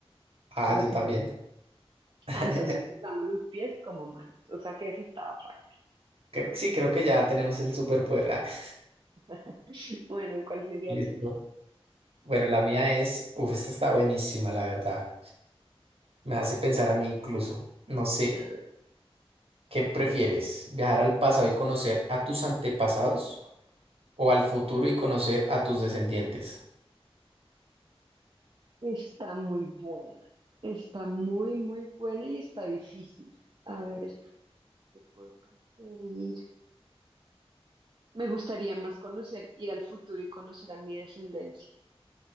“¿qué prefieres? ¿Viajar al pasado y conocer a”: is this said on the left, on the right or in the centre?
Right